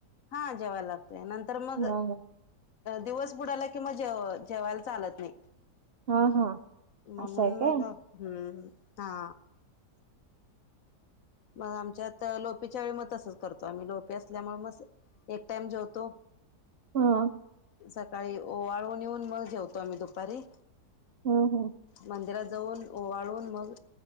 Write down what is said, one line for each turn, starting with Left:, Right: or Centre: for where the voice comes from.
Left: हा जेवाय लागतय नंतर
Right: हा
Left: मग दिवस बुडाला कि मग जेव जेवायला चालत नाही.
Right: हा हा हा
Left: म्हणून
Right: असं आहे
Left: मग
Right: काय
Left: हम्म हा. मग आमच्यात लोपिच्या वेळी मग तसंच करतो आम्ही लोपी असल्यामुळे मस एक टाईम जेवतो
Right: हा.
Left: सकाळी ओवाळून येऊन मग जेवतो आम्ही दुपारी.
Right: हो हो.
Left: मंदिरात जाऊन ओवाळून मग